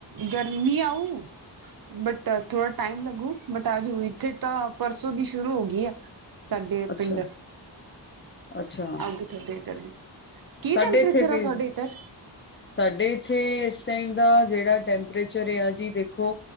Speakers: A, on the right; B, on the left.
A: ਗਰਮੀ ਆਊ ਬਟ, ਥੋੜਾ ਟਾਈਮ ਲੱਗੂ ਬਟ ਅੱਜ ਇੱਥੇ ਤਾਂ ਪਰਸੋਂ ਦੀ ਸ਼ੁਰੂ ਹੋ ਗਈ ਆ। ਸਾਡੇ
B: ਅੱਛਾ
A: ਪਿੰਡ।
B: ਅੱਛਾ
A: ਆਉਗੀ ਥੁਹਾਡੇ ਇੱਧਰ ਵੀ, ਕੀ
B: ਸਾਡੇ
A: ਟੈਂਪਰੇਚਰ
B: ਇੱਥੇ ਭੇਜ
A: ਆ ਤੁਹਾਡੇ ਇੱਧਰ?
B: ਸਾਡੇ ਇੱਥੇ ਇਸ ਟਾਈਮ ਦਾ ਜਿਹੜਾ ਟੈਂਪਰੇਚਰ ਆ ਜੀ ਦੇੋ ਖੋ